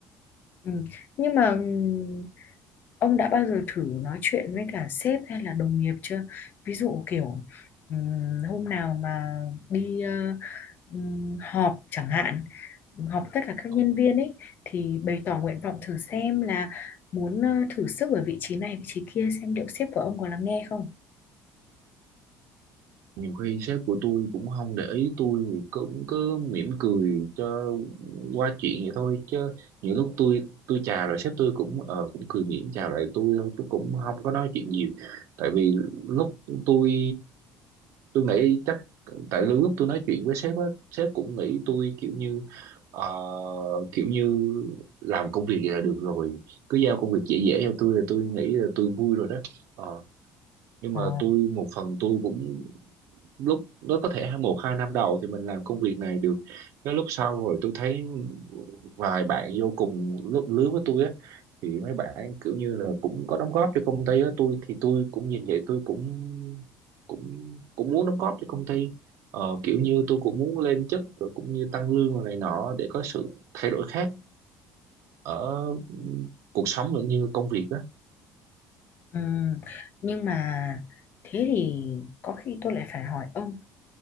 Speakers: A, on the left; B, on the right.
A: Ừ. Nhưng mà ừm, ông đã bao giờ thử nói chuyện với cả sếp hay là đồng nghiệp chưa? Ví dụ kiểu ừm, hôm nào mà đi ờ, ừm, họp chẳng hạn, họp tất cả các
B: ừ.
A: nhân viên ấy thì bày tỏ nguyện vọng thử xem là muốn ờ, thử sức ở vị trí này vị trí kia xem liệu sếp của ông có lắng nghe không?
B: nhiều khi sếp của tôi cũng không để ý tôi thì cũng cứ mỉm cười cho qua chuyện vậy thôi chứ nhiều lúc tôi tôi chào rồi sếp tôi cũng ờ cũng cười mỉm chào lại tôi thôi chứ cũng không có nói chuyện nhiều tại vì lúc tôi tôi nghĩ chắc tại lúc tôi nói chuyện với sếp á sếp cũng nghĩ tôi kiểu như ờ, kiểu như làm công việc vậy là được rồi cứ giao công việc dễ dễ cho tôi là tôi nghĩ là tôi vui rồi đó Ờ, nhưng mà
A: Ồ,
B: tôi một phần tôi cũng lúc nó có thể hai- một hai năm đầu thì mình làm công việc này được cái lúc sau rồi tôi thấy vài bạn vô cùng lứa, lứa với tôi á thì mấy bạn kiểu như là cũng có đóng góp cho công ty á tôi thì tôi cũng nhìn vậy tôi cũng cũng cũng muốn đóng góp cho công ty ờ, kiểu như tôi cũng muốn lên chức rồi cũng như tăng lương rồi này nọ để có sự thay đổi khác ở cuộc sống lẫn như công việc á
A: ừm, Nhưng mà thế thì có khi tôi lại phải hỏi ông